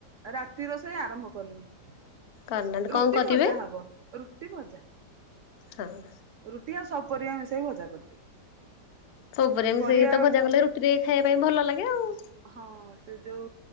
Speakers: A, on the right; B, on the left.
A: ରାତି ରୋଷେଇ ଆରମ୍ଭ କରିନି
B: କରିନାହାନ୍ତି କଣ
A: ରୁଟି
B: କରିବେ
A: ଭଜା ହବ। ରୁଟି ଭଜା।
B: ହଁଅ।
A: ରୁଟି ଆଉ ସବୁ ପରିବା ମିଶେଇକି ଭଜା କରିଦେବି।
B: ସବୁ ପରିବାକୁ ମିସେଇକି
A: ପରିବା
B: ତ ଭଜା କଲେ ରୁଟିରେ ଖାଇବା ପାଇଁ ଭଲ ଲାଗେ ଆଉ।
A: ହଁ ସେ ଯୋଉ